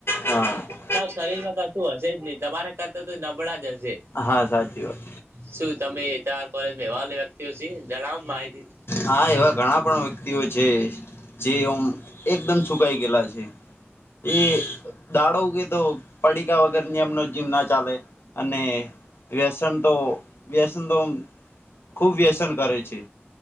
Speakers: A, on the left (about 65°); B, on the right (about 70°).
A: હા
B: શરીર માં કશું હશે જ નહી તમારા કરતા તો નબળા જ હશે
A: હા સાચી વાત
B: શું તમે તમાર કોલેજમાં એવા વ્યક્તિઓ છે જણાવો માહિતી
A: હા એવા ઘણા પણ વ્યક્તિઓ છે જે ઓમ એકદમ સુકાઈ ગયેલા છે એ દાડો કે તો પડીકા વગર ની, એમનો જીમ ના ચાલે. અને વ્યસન તો, વ્યસન તો ખુબ વ્યસન કરે છે.